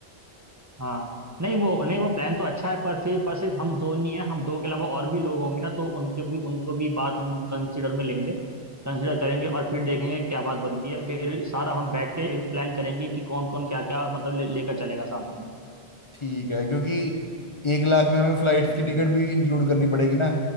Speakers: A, on the right; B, on the left.
A: हाँ नहीं वो नहीं वो प्लान तो अच्छा है पर फिर पर सिर्फ हम दो नहीं है हम दो के अलावा और भी लोग होंगे ना तो उनके भी उनको भी बात हम कंसिडर में लेंगे कंसिडर करेंगे और फिर देखेंगे क्या बात बनती है फिर सारा हम बैठ के फिर प्लान करेंगे कि कौन कौन क्या क्या मतलब ले, लेकर चलेगा साथ में
B: ठीक है क्योंकि एक लाख में हमें फ्लाइट्स
A: हम्म
B: की टिकट भी इंक्लूड करनी पड़ेगी ना